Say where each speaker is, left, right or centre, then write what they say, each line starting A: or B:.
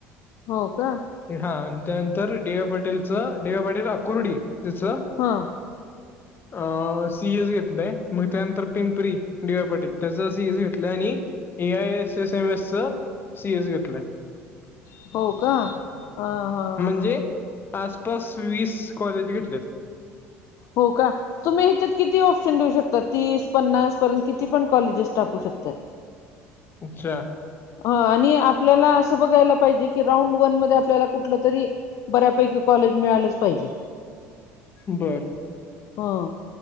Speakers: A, on the left (about 45°); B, on the left (about 30°).
A: हो का?
B: हा आणि त्यानंतर डेवा पाटेलच डेवा पाटील अकुर्डी तिचं
A: हा.
B: अ सी एज घेतलय. मग त्यानंतर पिंपरी डि वाय पाटील त्याचं असं सी एस घेतलं आणि A I S S M S च सी एस घेतलंय.
A: हो का ह हा ह
B: म्हणजे
A: ह.
B: आसपास वीस कॉलेज घेतलेत.
A: हो का? तुम्ही हिच्यात किती ऑप्शन देऊ शकता तीस पन्नास पर्यंत किती पण कॉलेजेस टाकू शकताय.
B: अच्छा!
A: हा आणि आपल्याला असं बघायला पाहिजे की राऊंड वन मध्ये आपल्याला कुठलं तरी बऱ्यापैकी कॉलेज मिळालंच पाहिजे.
B: बरं!
A: हं.